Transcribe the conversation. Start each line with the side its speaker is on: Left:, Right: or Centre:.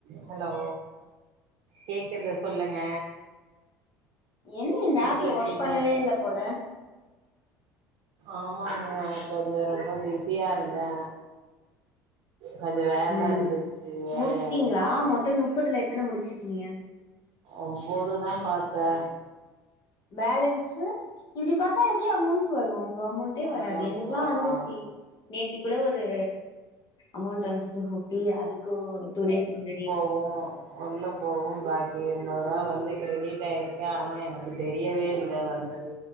Right: Hello கேக்குது சொல்லுங்க
Left: என்ன இந்த
Right: எப்டி
Left: ஆப்ல
Right: இருக்கீங்க
Left: ஒர்க் பண்ணவே இல்ல போல
Right: ஆமாங்க கொஞ்ச ரொம்ப பிஸியா இருந்தே கொஞ்ச வேல
Left: ம்
Right: இருந்துச்சு வேலையா
Left: முடிச்சுட்டீங்களா
Right: ஆயிடுச்சு
Left: மொத்தோ முப்பதுல எத்தன முடிச்சிருக்கீங்க
Right: ஒம்போதுதா பாத்தே
Left: பேலன்ஸு இப்டி பாத்தா எப்டி அமௌண்ட் வரு அமௌண்டே வராது
Right: அமௌண்ட்
Left: எனக்குல்லா
Right: வரு
Left: வந்துச்சு நேத்திக்குள்ள ஒரு அமௌண்ட் வந்ச்சு டூ ஃபிஃப்டி அதுக்கு டூ டேஸ் முன்னாடி
Right: ஒவோ உள்ள போகவு பாக்கி என்பது ரூபா வந்து கிரெடிட் ஆயிருக்கு ஆனா எனக்கு தெரியவே இல்ல வந்தது